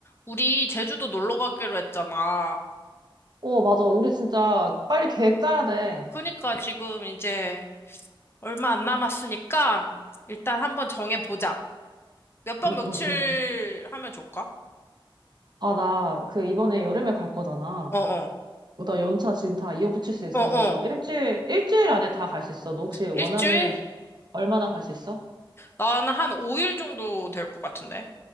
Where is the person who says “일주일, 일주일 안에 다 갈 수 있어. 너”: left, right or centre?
Right